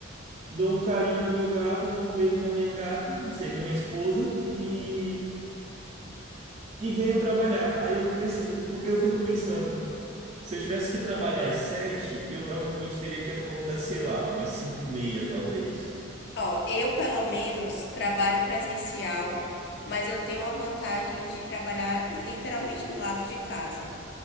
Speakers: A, on the right; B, on the left.
A: dou um carinho no meu gato, dou um beijo na minha gata, ou seja minha esposa, e, e venho trabalhar. Aí eu não preciso, porque eu fico pensando. Se eu tivesse que trabalhar às sete, eu provavelmente teria que acordar, sei lá, umas cinco e meia, talvez.
B: Ó, eu pelo menos trabalho presencial, mas eu tenho a vantagem de trabalhar literalmente do lado de casa.